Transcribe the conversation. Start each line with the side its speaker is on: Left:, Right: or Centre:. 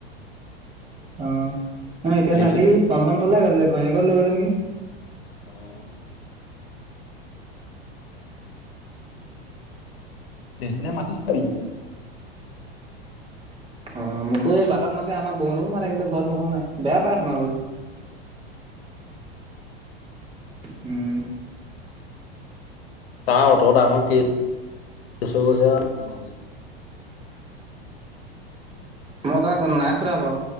Right: অহ নাই এতিয়া
Left: দেখি
Right: চাবি টম টম চলাই গৈছে ঘৈনীয়েকক লৈ গৈছে নেকি
Left: অ' দেখি <unintelligible> মাতিছিলে মোক
Right: অ মোকো এই বাটত মাতে আমাৰ বৌহঁতকো মাতে কিন্তু ঘৰত নোসোমাই বেয়া পায় সোমাবলৈ উম
Left: তাৰ অত ডাঙৰ কে <unintelligible> হৈছে আৰু <unintelligible>
Right: মই তাক নাই সোধা বাও